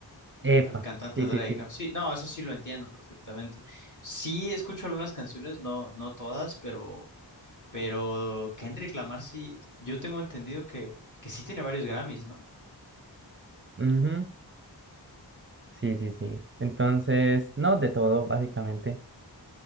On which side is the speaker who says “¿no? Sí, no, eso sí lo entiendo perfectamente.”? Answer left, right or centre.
Left